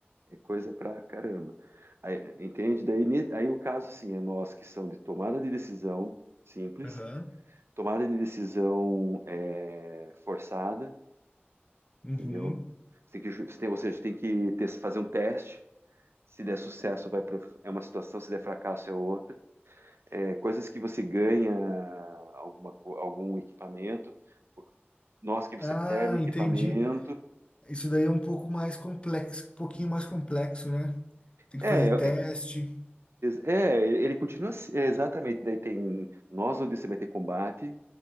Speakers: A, on the right; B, on the left.
A: É coisa pra caramba. Aí, entende? Daí, ne- aí o caso, assim, é nós que são de tomada de decisão simples,
B: Aham.
A: tomada de decisão é, forçada
B: Uhum.
A: entendeu? Você tem que, ju- você tem- ou seja, você tem que ter- fazer um teste. Se der sucesso, vai pro- é uma situação, se der fracasso, é outra. É, coisas que você ganha alguma, co- algum equipamento, nós que você
B: Ah,
A: perde equipamento.
B: entendi. Isso daí é um pouco mais complexo, um pouquinho mais complexo, né? Tem
A: É,
B: que fazer teste.
A: é, é, ele continua assim, é, exatamente. Daí tem nós onde você vai ter combate,